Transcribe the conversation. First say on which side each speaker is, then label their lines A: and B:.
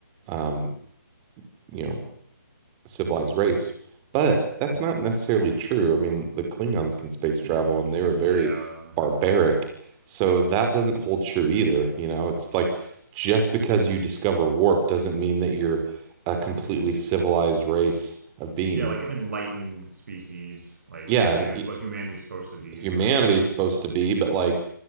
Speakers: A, on the right; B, on the right.
A: um, you know, civilized race. But that's not necessarily true. I mean, the Klingons can space travel
B: yeah.
A: and they were very barbaric. So that doesn't hold true either. You know, it's like just because you discover warp doesn't mean that you're a completely civilized race of beings.
B: Yeah, like an enlightened species, like
A: Yeah,
B: I guess
A: hu-
B: what humanity's supposed to be
A: humanity
B: in Star Trek.
A: is supposed to be, but like